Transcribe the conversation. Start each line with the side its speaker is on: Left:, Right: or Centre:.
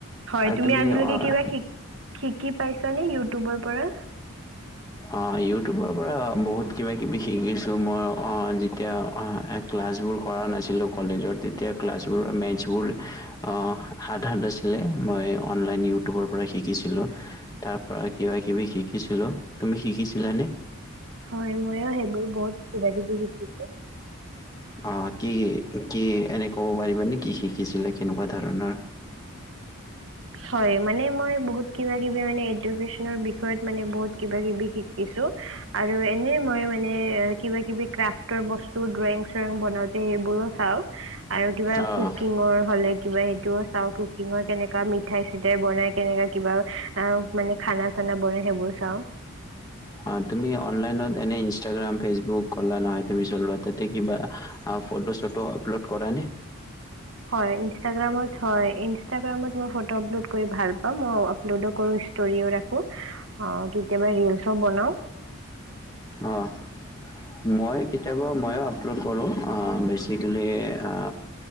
Right: হয়
Left: আৰু
Right: তুমি আজিলৈকে
Left: অ,
Right: কিবা শিক-শিকি পাইছা নে ইউটিউবৰ পৰা?
Left: অ' ইউটিউবৰ পৰা বহুত কিবাকিবি শিকিছোঁ মই। অ' যেতিয়া ক্লাছবোৰ কৰা নাছিলোঁ কলেজৰ তেতিয়া ক্লাছবোৰৰ মেথছবোৰ আ হাড-হাড আছিলে। মই অনলাইন ইউটিউবৰ পৰা শিকিছিলোঁ, তাৰ পৰা কিবাকিবি শিকিছিলোঁ। তুমি শিকিছিলানে?
Right: হয় মইয়ো সেইবোৰ বহুত কিবাকিবি শিক কিছো
Left: অ' কি কি? কি এনে ক'ব পাৰিবা নে কি শিকিছিলা কেনেকুৱা ধৰণৰ?
Right: হয়, মানে মই বহুত কিবাকিবি মানে এডুকেশ্বনৰ বিষয়ত বহুত কিবাকিবি শিকিছোঁ। আৰু এনে মই মানে। কিবাকিবি ক্ৰাফ্ট টৰ বস্তু ড্ৰয়িং-চয়িং বনাওঁতে সেইবোৰো চাওঁ, আৰু কিবা
Left: অ'
Right: কুকিঙৰ হ'লে কিবা সেটোও চাও কুকিঙৰ কেনেকা মিঠাই-চিঠাই বনাই কিনে তেনেকা কিবা, অ' মানে খানা চানা বনাই সেইবোৰ চাওঁ
Left: অ' তুমি অনলাইনত এনে ইনষ্টাগ্ৰাম ফেচবুক ক'লা নহয় তুমি চলোৱা, তাতে কিবা ফটো-চটো আপলোড কৰা নে?
Right: হয়, ইনষ্টাগামত হয়, ইনষ্টাগামত মই ফটো আপলোড কৰি ভাল পাওঁ। লুডো কৰো, ষ্টৰিও ৰাখো। অ' কেতিয়াবা ৰিলচো বনাও।
Left: অ' মই কেতিয়াবা মইও আপলড কৰোঁ, আ বেচিকেলি আ